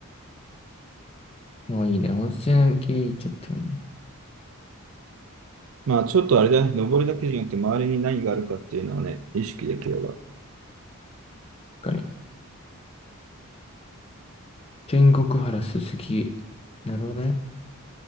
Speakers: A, on the left; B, on the right.
A: もういいね。温泉系行っちゃってもいいね。
B: まあ、ちょっとあれだね。登るだけじゃなくて、周りに何があるかっていうのをね、意識できれば。
A: 他に。天国原すすき。なるほどね。